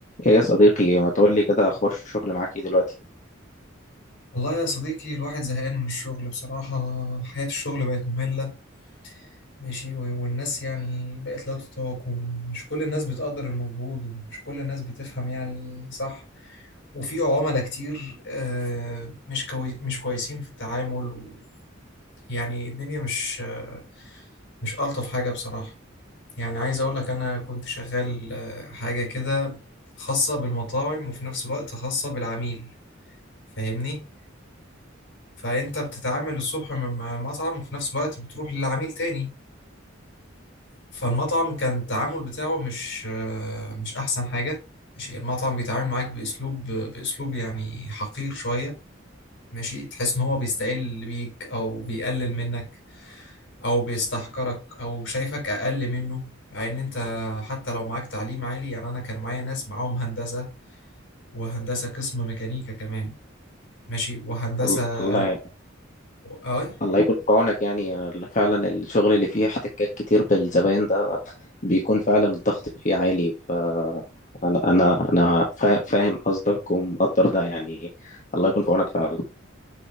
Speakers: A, on the left; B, on the left.
A: ايه يا صديقي ما تقول لي كده اخبار الشغل معاك ايه دلوقتي
B: والله يا صديقي الواحد زهقان من الشغل بصراحة حياة الشغل بقت مملة ماشي و- والناس يعني بقت لا تطاق ومش كل الناس بتقدر المجهود ومش كل الناس بتفهم يعني صح وفي عملاء كتير آه، مش كوي مش كويسين في التعامل و- يعني الدنيا مش آه، مش ألطف حاجة بصراحة يعني عايز أقول لك أنا كنت شغال آه، حاجة كده خاصة بالمطاعم وفي نفس الوقت خاصة بالعميل فاهمني؟ فانت بتتعامل الصبح مع المطعم وفي نفس الوقت بتروح للعميل تاني فالمطعم كان التعامل بتاعه مش آه، مش احسن حاجة ماشي المطعم بيتعامل معاك باسلوب باسلوب يعني حقير شوية ماشي تحس ان هو بيستقل بيك او بيقلل منك او بيستحقرك او شايفك اقل منه مع ان انت حتى لو معاك تعليم عالي يعني انا كان معايا ناس معاهم هندسة وهندسة قسم ميكانيكا كمان ماشي وهندسة
A: ال- الله
B: ال... اه
A: الله يكون في عونك يعني ال- فعلا الشغل اللي فيه احتكاك كتير بالزباين ده بيكون فعلا الضغط فيه عالي ف انا انا أنا فا- فاهم قصدك ومقدر ده يعني الله يكون في عونك فعلا